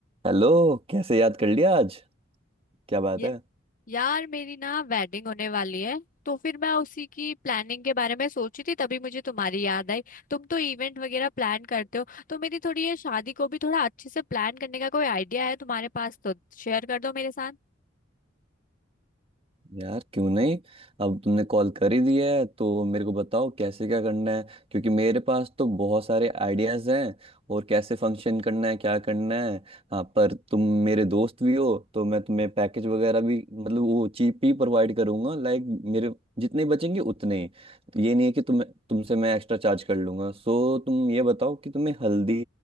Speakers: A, on the right (about 30°); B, on the left (about 45°).
A: Hello कैसे याद कर लिया आज क्या बात
B: ये
A: है
B: यार मेरी ना वेडिंग होने वाली है तो फिर मैं उसी की प्लानिंग के बारे में सोची थी तभी मुझे तुम्हारी याद आई तुम तो इवेंट वगैरह प्लान करते हो तो मेरी थोड़ी ये शादी को भी थोड़ा अच्छे से प्लान करने का कोई आइडिया है तुम्हारे पास तो शेयर कर दो मेरे साथ
A: यार क्यों नहीं अब तुमने कॉल कर ही दिया है तो मेरे को बताओ कैसे क्या करना है क्योंकि मेरे पास तो बहुत सारे आइडियाज हैं और कैसे फंक्शन करना है क्या करना है हाँ पर तुम मेरे दोस्त भी हो तो मैं तुम्हें पैकेज वगैरह भी मतलब वो चीप ही प्रोवाइड करूंगा लाइक मेरे जितने बचेंगे उतने ही ये नहीं है कि तुम तुमसे मैं एक्स्ट्रा चार्ज कर लूंगा सो तुम ये बताओ कि तुम्हें हल्दी